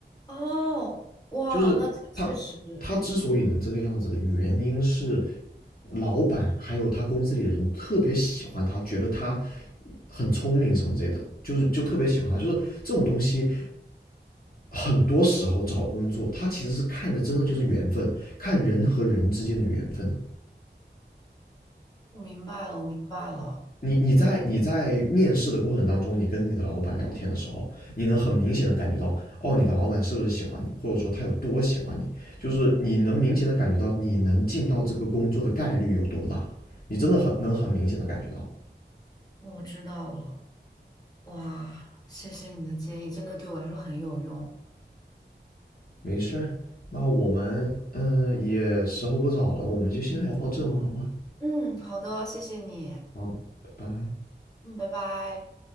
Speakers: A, on the left; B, on the left.
A: 哦，哇，
B: 就是他他之所以能这个样子的原因是，
A: 那确实。
B: 老板还有他公司里的人特别喜欢他，觉得他很聪明什么之类的，就是就特别喜欢他。就是这种东西，很多时候找工作，他其实是看的真的就是缘分，看人和人之间的缘分的。
A: 我明白了，我明白了，
B: 你你在你在面试的过程当中，你跟你的老板聊天的时候，你能很明显的感觉到，哦，你的老板是不是喜欢你，或者说他有多喜欢你，就是你能明显的感觉到你能进到这个工作的概率有多大，你真的很能很明显的感觉到。
A: 我知道了。哇，谢谢你的建议，真的对我来说很有用。
B: 没事儿，那我们嗯、呃也时候不早了，我们就先聊到这嘛，好吗？
A: 嗯，好的，谢谢你。
B: 好，拜拜。
A: 嗯，拜拜。